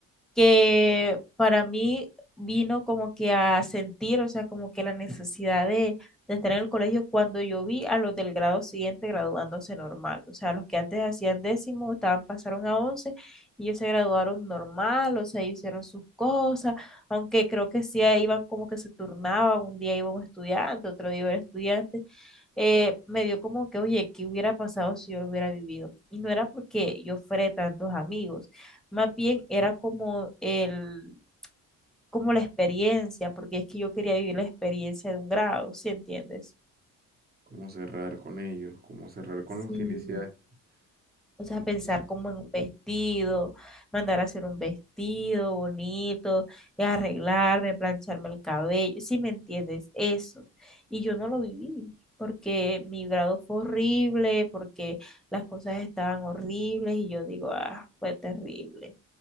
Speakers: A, in the centre; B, on the right.
A: que para mí vino como que a sentir, o sea, como que la necesidad de, de estar en el colegio cuando yo vi a los del grado siguiente graduándose normal, o sea, los que antes hacían décimo, estaban, pasaron a once y ellos se graduaron normal, o sea, ellos hicieron sus cosas, aunque creo que sí eh, iban como que se turnaban, un día iba un estudiante, otro día iba el estudiante. eh, me dio como que, oye, ¿qué hubiera pasado si yo lo hubiera vivido? Y no era porque yo fuera de tantos amigos, más bien era como el, como la experiencia, porque es que yo quería vivir la experiencia de un grado, ¿sí entiendes?
B: Cómo cerrar con ellos, cómo cerrar con
A: Sí,
B: los que iniciaste.
A: O
B: Te
A: sea,
B: entiendo,
A: pensar como en un vestido, mandar a hacer un vestido bonito, y arreglarme, plancharme el cabello, sí me entiendes? Eso. Y yo no lo viví, porque mi grado fue horrible, porque las cosas estaban horribles y yo digo, ah, fue terrible.